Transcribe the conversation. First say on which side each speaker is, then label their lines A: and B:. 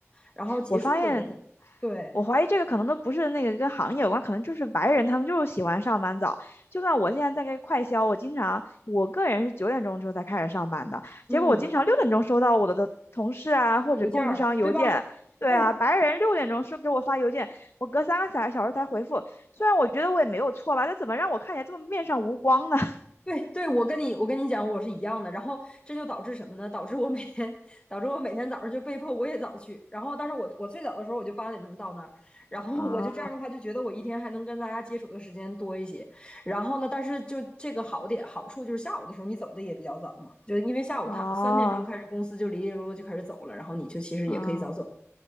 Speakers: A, on the left; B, on the left.
A: 然后结束的也早。
B: 我发现，
A: 对，
B: 我怀疑这个可能都不是那个跟行业有关，可能就是白人他们就是喜欢上班早。就算我现在在这快销，我经常我个人是九点钟之后才开始上班的，
A: 嗯，
B: 结果我经常六点钟收到我的的同事啊或者供应商邮件。
A: 邮件儿对吧？
B: 对啊，
A: 对，
B: 白人六点钟是给我发邮件，我隔三个小小时才回复。虽然我觉得我也没有错吧，但怎么让我看起来这么面上无光呢？
A: 对对，我跟你我跟你讲，我是一样的。然后这就导致什么呢？导致我每天导致我每天早上就被迫我也早去。然后，但是我我最早的时候我就八点钟到那儿，然后我就这样的话就觉得我一天还能跟大家接触的时间多一些。
B: <laughs> 啊，
A: 然后呢，但是就这个好点好处就是下午的时候你走的也比较早嘛，就因为下午他三点钟开始公司就里里落落就开始走了，
B: 啊
A: 然后你就其实也可以早走，
B: 啊。